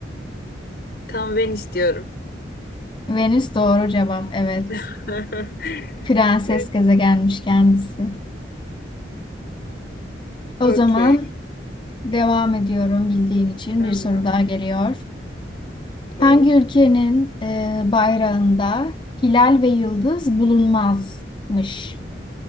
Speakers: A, on the left; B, on the left.
A: Tam Venüs diyorum.
B: Venüs doğru cevap. Evet.
A: <laughs>
B: Prenses
A: Süper.
B: gezegenmiş kendisi. O
A: Okey.
B: zaman devam ediyorum bildiğin için.
A: Tamam.
B: Bir soru daha geliyor.
A: Okey.
B: Hangi ülkenin e, bayrağında hilal ve yıldız bulunmazmış?